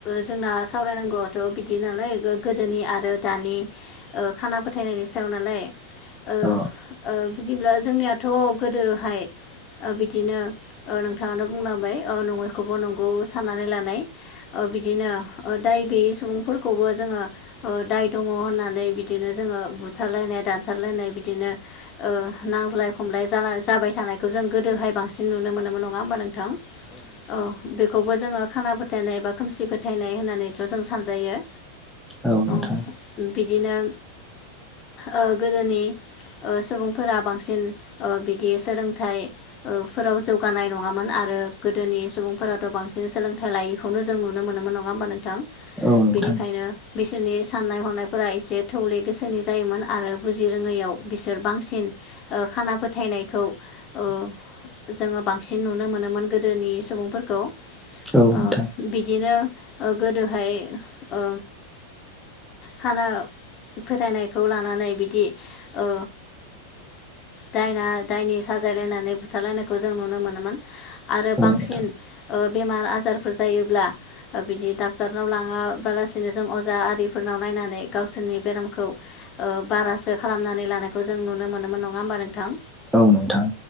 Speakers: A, on the left; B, in the centre.
A: जोंना सावरायनांगौआथ' बिदि नालाय गोदोनि आरो दानि खाना फोथायनायनि सायाव नालाय ओ
B: अ
A: ओ बिदिब्ला जोंनियाथ' गोदोहाय बिदिनो नोंथाङानो बुंलांबाय नङैखौबो नंगौ साननानै नै लानाय ओ बिदिनो ओ दाय गैयै सुबुंफोरखौबो जोङो दाय दङ होननानै बिदिनो जोङो बुथारलायनाय दानथारलायनाय बिदिनो ओ, नांज्लाय खमलाय जाबाय थानायखौ जों गोदोहाय बांसिन नुनो मोनोमोन नङा होमबा नों नोंथां औ, बेखौ बो जोङो खाना फोथायनाय एबा खोमसि फोथायनाय होननानैथ' जों सानजायो
B: औ नोंथां
A: औ बिदिनो ओ, गोदोनि ओ, सुबुंफोरा बांसिन ओ, बिदि सोलोंथाइ ओ, फोराव जौगानाय नङामोन आरो गोदोनि सुबुंफोराथ' बांसिन सोलों <inaudible> नुनो मोनोमोन नङा होमबा नोंथां?
B: औ नोंथां
A: बेनिखायनो बिसोरनि साननाय हनायफोरा एसे थौले गोसोनि जायोमोन आरो बुजि रोङैयाव बिसोर बांसिन खाना फोथायनायखौ ओ जोङो बांसिन नुनो मोनोमोन गोदोनि सुबुंफोरखौ
B: औ नोंथां
A: ओ बिदिनो गोदोहाय ओ खाना फोथायनायखौ लानानै बिदि ओ दायना दायनि साजायलायनानै बुथारलायनायखौ जों नुनो मोनोमोन आरो बांसिन
B: औ नोंथां
A: ओ बेमार आजार फोरफोर जायोब्ला बिदि डाक्टरनाव लाङाबालासिनो जों अजा आरिफोरनाव नायनानै गावसोरनि बेरामखौ बारासो ओ खालामनानै लानायखौ जों नुनो मोनोमोन नङा होमबा नों नोंथां
B: औ नोंथां